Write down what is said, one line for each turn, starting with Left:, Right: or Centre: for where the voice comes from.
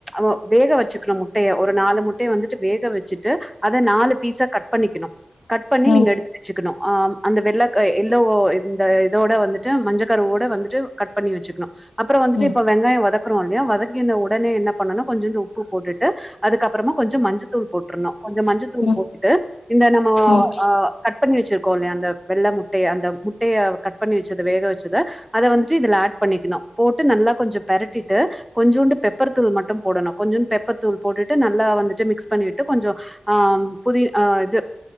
Centre: ஒ வேக வச்சுக்கணு முட்டைய ஒரு நாலு முட்டைய வந்துட்டு வேக வச் சிட்டு அத நாலு பீஸா கட் பண்ணிக்கிணு கட் பண்ணி
Left: ம்
Centre: நீங்க எடுத்து வச்சுக்குணு அ அந்த வெள்ளக் எல்லோ இந்த இதோட வந்துட்டு மஞ்ச கருவோட வந்துட்டு கட் பண்ணி வச்சுக்குணு அப்புறோ வந்துட்டு
Left: ம்
Centre: இப்ப வெங்காயே வதக்குறோல்லயா வதக்கின ஒடனே என்ன பண்ணனு கொஞ்சோண்டு உப்பு போட்டுட்டு அதுக்கப்பறமா கொஞ்சோ மஞ்சத்தூள் போட்டுருனு கொஞ்சோ மஞ்சத்தூள்
Left: ம்
Centre: போட்டுட்டு இந்த நம்ம அ
Left: ம்
Centre: அ கட் பண்ணி வச்சிருக்கோல்லயா அந்த வெள்ள முட்டைய அந்த முட்டைய கட் பண்ணி வச்சது வேக வச்சத அத வந்துட்டு இதுல ஆட் பண்ணிக்கணு போட்டு நல்லா கொஞ்சே பெரட்டிட்டு கொஞ்சோண்டு பெப்பர் தூள் மட்டு போடணு கொச்சோண்டு பெப்பர் தூள் போட்டுட்டு நல்லா வந்துட்டு மிக்ஸ் பண்ணி விட் டு கொஞ்சோ அ புதி் அ இது